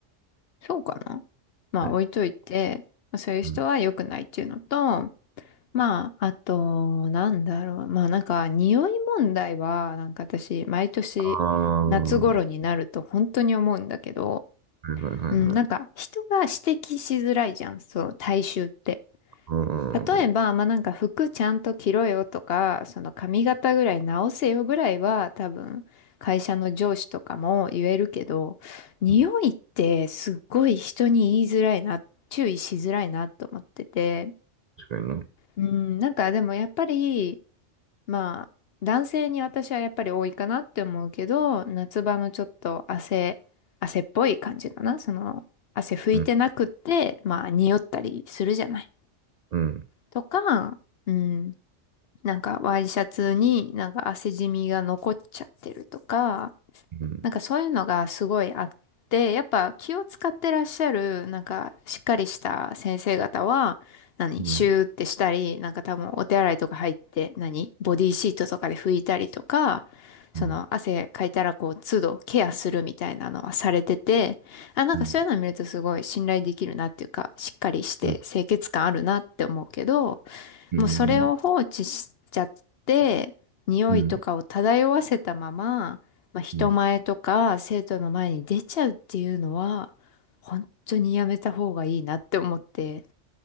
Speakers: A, on the left (about 60°); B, on the right (about 75°).
A: そうかなまあ、
B: はい
A: 置いといて、まあそういう人は良くないっていうのと、
B: うん、
A: まあ、あと、なんだろう。まあ、なんか、匂い問題は、なんか私、毎年、
B: ああ、は
A: 夏頃になると本当に思うんだけど、
B: いはいはいはい。
A: うん、なんか、人が指摘しづらいじゃん、そう、体臭って。
B: うん。
A: 例えば、まあなんか服ちゃんと着ろよとか、その髪型ぐらい直せよぐらいは多分会社の上司とかも言えるけど、匂いってすっごい人に言いづらいな、
B: うん
A: 注意しづらいなと思ってて、
B: 確かにな。う
A: うん、なんかでもやっぱり、まあ男性に私はやっぱり多いかなって思うけど、夏場のちょっと汗、汗っぽい感じかな。その汗拭いてなくって、
B: ん、
A: まあ匂ったりするじゃない。
B: うん、う
A: とか、うん。なんかワイシャツになんか汗じみが残っちゃってるとか、
B: ん、
A: なんかそういうのがすごいあって、やっぱ気を使ってらっしゃる、なんかしっかりした先生方は、何、
B: うん、
A: シューってしたり、なんか多分お手洗いとか入って、何、ボディーシートとかで拭いたりとか、その汗かいたらこう都度ケアするみたいなのはされてて、
B: うん、うん、
A: あ、なんかそういうのを見るとすごい信頼できるなっていうか、
B: う
A: しっかりして清潔感あるなって思うけど、
B: ん、うん、
A: もうそれを放置しちゃって、
B: うん、
A: 匂いとかを漂わせたまま、
B: うん、う
A: まあ、人前とか生徒の前に出ちゃうっていうのは、
B: ん、
A: 本当にやめた方がいいなって思って。